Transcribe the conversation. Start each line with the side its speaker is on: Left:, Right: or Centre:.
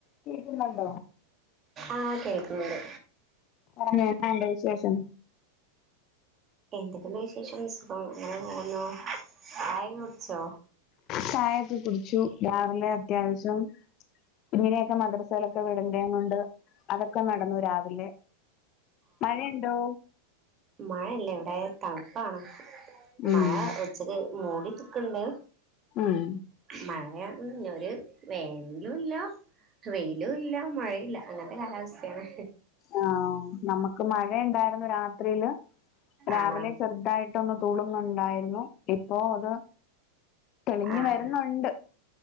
Left: കേക്കുന്നുണ്ടോ
Right: ആഹ് കേൾക്കുന്നുണ്ട്
Left: പറഞ്ഞേന്താ എന്താ എൻറ വിശേഷം
Right: എന്തൊക്കെണ്ട് വിശേഷം സുഖം ങെന പോവുന്നു ചായ ഒക്കെ കുടിച്ചോ
Left: ചായഒക്കെ കുടിച്ചു രാറിലെ അത്യാവശ്യം കുഞിനെയൊക്കെ മദ്രസയിലൊക്കെ വിടണ്ടത് കൊണ്ട് അതൊക്കെ നടന്നു രാവിലെ മഴയുണ്ടോ
Right: മഴയില്ല ഇവിടെ തണുപ്പാണ്
Left: ഉം
Right: മഴ ഉച്ചക്ക് മൂടിനിക്കുന്നുണ്ട്
Left: ഉം
Right: മഴ ഒരു വെയിലുല്ലാ വെയിലും ഇല്ല മഴയില്ല അങ്ങനത്തെ കാലാവസ്ഥയാണ്
Left: ആഹ് നമുക്ക് മഴ ഉണ്ടായിരുന്നു രാത്രിയില് രാവിലെ
Right: ആണോ
Left: ചെറുതായിട്ട് ഒന്ന് തൂണുന്നുണ്ടായിരുന്നു ഇപ്പോ അത് തെളിഞ്ഞു
Right: ആഹ്
Left: വരുന്നുണ്ട്